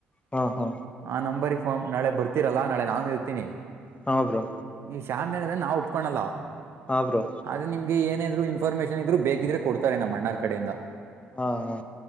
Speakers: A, on the left (about 20°); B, on the right (about 45°).
A: ಹಾ ಹಾ
B: ಆ ನಂಬರಿ ಫಾರ್ಮ್ ನಾಳೆ ಬರ್ತಿರಲ್ಲಾ ನಾಳೆ ನಾನು ಇರ್ತೀನಿ
A: ಹಾ ಬ್ರೋ
B: ಈ ಶಾಮಿಯಾನದೆನ ನಾವು ಒಪ್ಕೊನಲ್ಲ
A: ಹಾ ಬ್ರೋ
B: ಆದ್ರೆ ನಿಮ್ಗೆ ಏನ ಇದ್ರು ಇನ್ಫಾರ್ಮೇಶನ್ ಇದ್ ಬೇಕಿದ್ರೆ ಕೊಡ್ತಾರೆ ನಮ್ಮ್ ಅಣ್ಣಾರ್ ಕಡೆಯಿಂದ
A: ಹಾ ಹಾ